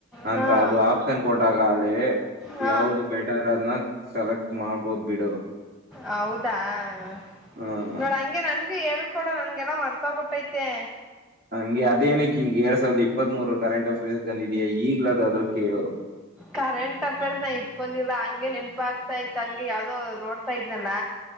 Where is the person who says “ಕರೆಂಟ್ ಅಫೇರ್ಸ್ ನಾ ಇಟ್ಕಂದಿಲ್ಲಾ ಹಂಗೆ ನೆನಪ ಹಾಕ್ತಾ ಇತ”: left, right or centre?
Centre